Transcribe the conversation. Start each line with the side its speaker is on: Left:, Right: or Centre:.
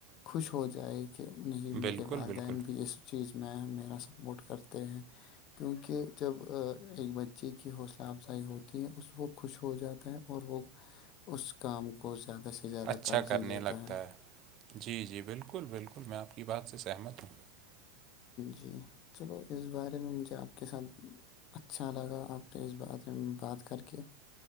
Left: خوش ہو جاے کہ نہیں
Right: بالکل
Left: میرے والدین
Right: بالکل
Left: بھی اس چیز میں میرا سپورٹ کرتے ہیں کیونکہ جب ایک بچے کی حوصلہ افزائی ہوتی ہے اس وہ خوش ہو جاتا ہے اور وہ اس کام کو زیادہ سے زیادہ
Right: اچھا
Left: ترجیح
Right: کرنے
Left: دیتا
Right: لگتا ہے جی جی بالکل بالکل میں آپ کی بات سے سہمت ہوں
Left: جی چلو اس بارے میں مجھے آپ کے ساتھ اچھا لگا آپ اس بارے میں بات کر کے